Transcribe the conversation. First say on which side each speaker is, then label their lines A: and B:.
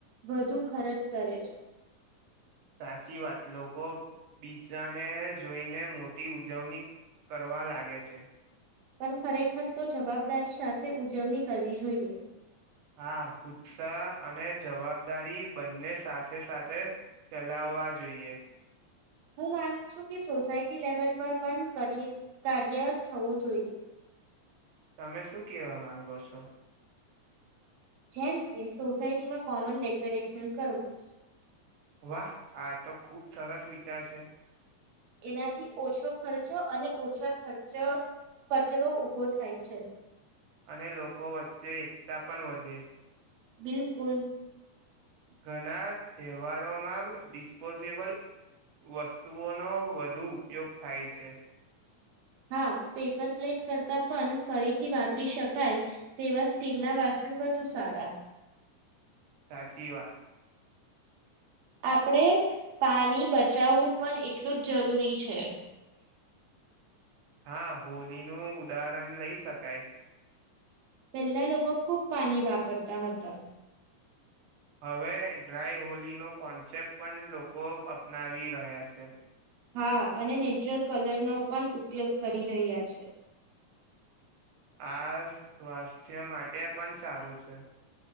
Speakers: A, on the right; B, on the right.
A: વધુ ખર્ચ કરે છે
B: સાચી વાત લોકો બીજાને જોઈને મોટી ઉજવણી કરવા લાગે છે
A: પણ ખરેખર તો જવાબદારી સાથે ઉજવણી કરવી જોઈએ
B: હા ઉત્સા અને જવાબદારી બંને સાથે સાથે ચલાવવા જોઈએ
A: હું માનું છું કે સોસાયટી લેવલ પર પણ કાર્ય થવું જોઈએ
B: તમે શું કેવા માંગો છો
A: જેમ કે સોસાયટીમાં કોમન ડેકોરેશન કરવું
B: વાહ આ તો ખુબ સરસ વિચાર છે
A: એનાથી ઓછો ખર્ચો અને ઓછા ખર્ચ કચરો ઉઊભો થાય છે
B: અને લોકો વચ્ચે એકતા પણ વધે
A: બિલકુલ
B: ઘણા તહેવારોમાં ડિસ્પોઝેબલ વસ્તુઓનો વધુ ઉપયોગ થાય છે
A: હા પેપર પ્લેટ કરતાં પણ ફરીથી વાપરી શકાય તેવા સ્ટીલ ના વાસણ વધુ સારા
B: સાચી વાત
A: આપણેે પાણી બચાવવું પણ એટલું જ જરૂરી છે
B: હા હોલીનુંું ઉદાહરણ લઈ શકાય
A: પહેલા લોકો ખુબ પાણી વાપરતા હતા
B: હવે ડ્રાય હોલીનો કોન્સેપ્ટ પણ લોકો અપનાવી રહ્યા છે
A: હા અને નેચરલ કલર નો પણ ઉપયોગ કરી રહ્યા છે
B: આ સ્વાસ્થ્ય માટે પણ સારું છે